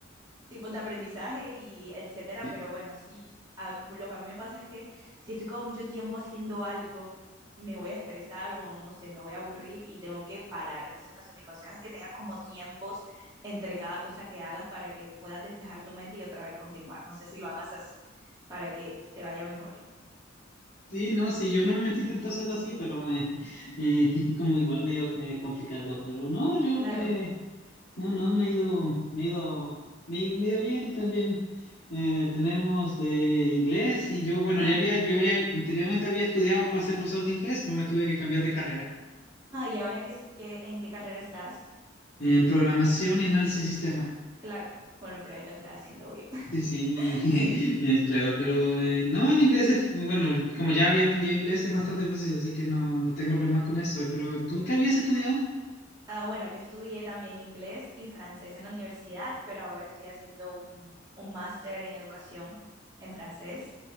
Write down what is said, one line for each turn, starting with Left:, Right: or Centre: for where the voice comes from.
Right: tipos de aprendizaje y etcétera,
Left: sí.
Right: pero bueno, sí, a- lo que a mí me pasa es que si estoy como mucho tiempo haciendo algo, me voy a estresar o no sé, me voy a aburrir y tengo que parar. Entonces, no sé, mi consejo es que tengas como tiempos entre cada cosa que hagas para que puedas despejar tu mente y otra vez continuar. No sé si lo hagas así, para que te vaya mejor.
Left: Sí, no, sí, yo no me intento hacerlo así, pero eh, <laughs> eh, como igual medio eh, complicado, pero no, yo
Right: Claro.
Left: me, no, no, me ha ido, me ha ido, me, ha ido me ha ido bien y también eh, tenemos de inglés y yo, bueno,
Right: Ah,
Left: ya había, yo ya anteriormente había estudiado para ser profesor de inglés, pero me tuve que cambiar de carrera
Right: ah, y ahora que, es- que en qué carrera estás,
Left: en programación y análisis de sistemas.
Right: claro, con el proyecto que estás haciendo hoy. <laughs>
Left: Sí, sí, <laughs>
Right: Sí.
Left: es claro, pero eh, no, el inglés es, bueno, como ya había aprendido inglés es bastante fácil, así que no, no tengo problemas con eso. Pero ¿tú qué habías estudiado?
Right: Ah, bueno, yo estudié también inglés y francés en la universidad, pero ahora estoy haciendo un, un máster en educación en francés.